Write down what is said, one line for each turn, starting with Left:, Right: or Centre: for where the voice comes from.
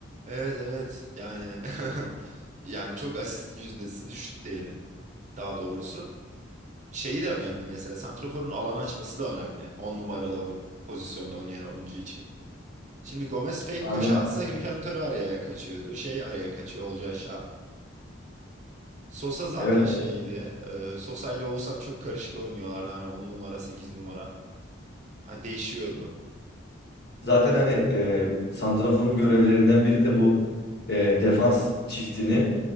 Right: Evet evet. Yani <laughs> yani çok asist yüzdesi düştü diyelim daha doğrusu. Şeyi de önemli mesela santraforun alan açması da önemli. on numaralı o pozisyonda oynayan oyuncu için. Şimdi Gomez fake koşu
Left: Aynen
Right: atsa
Left: öyle.
Right: Gökhan Töre araya kaçıyordu. Şey araya kaçıyor Olcay Şah. Sosa zaten
Left: Evet.
Right: şeydi. E, Sosa ile Oğuzhan çok karışık oynuyorlardı. Hani 10 numara 8 numara. Ha, değişiyordu.
Left: Zaten hani e, santraforun görevlerinden biri de bu e, defans çiftini